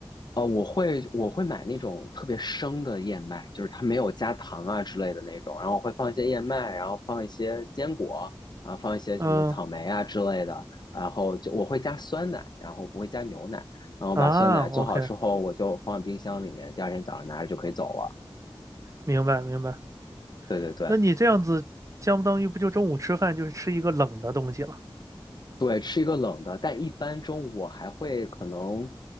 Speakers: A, on the left (about 50°); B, on the right (about 35°).
A: 哦，我会我会买那种特别生的燕麦，就是它没有加糖啊之类的那种，然后我会放一些燕麦，然后放一些坚果，啊，放一些什么草莓啊之类的，
B: 嗯
A: 然后就我会加酸奶，然后不会加牛奶，然后把酸奶做好之后，
B: 啊，OK，
A: 我就放在冰箱里面，第二天早上拿着就可以走了。
B: 明白明白。
A: 对对对
B: 那你这样子，相当于不就中午吃饭就是吃一个冷的东西了？
A: 对，吃一个冷的，但一般中午我还会可能